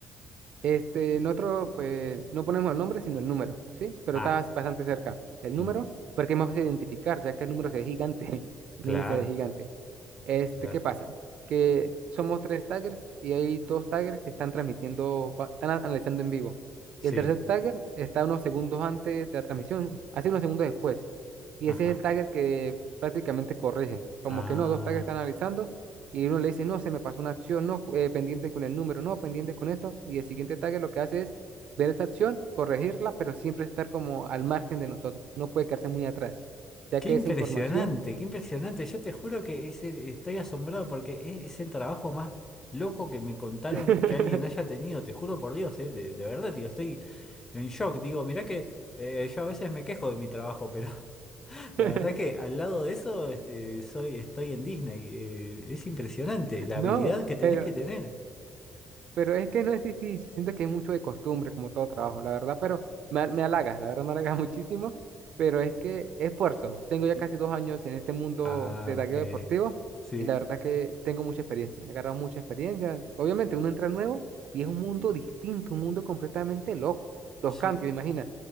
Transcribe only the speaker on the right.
Este, nosotros pues no ponemos el nombre, sino el número, ¿sí? Pero
estás bastante cerca. El número,
porque es más fácil de identificar, ya que el número se ve gigante. <laughs> El
número se ve gigante. Este,
¿qué pasa? Que somos tres taggers y hay dos taggers que están transmitiendo, pa- están a- analizando en vivo.
Y el tercer tagger está unos segundos antes de la transmisión, hace unos segundos después. Y
ese es el tagger que prácticamente corrige. Como
que no, dos taggers están analizando y uno le dice, no, se me pasó una acción, no, eh, pendiente con el número, no, pendiente con esto. Y el siguiente tagger lo que hace es ver esa acción, corregirla, pero siempre estar como al margen de nosotros. No puede quedarse muy atrás, ya
que
esa información...
<laughs>
<laughs>
No,
pero
Pero es que no es difícil, siento que es mucho de costumbre, como todo trabajo, la verdad, pero me, ha- me halagas, la verdad me halagas <laughs> muchísimo, pero es que esfuerzo. Tengo ya
casi dos años en este mundo
de tagueo
deportivo
y la verdad que tengo mucha experiencia, he agarrado mucha experiencia. Obviamente uno entra nuevo y es un mundo distinto, un mundo completamente loco. Los
cambios, imagina.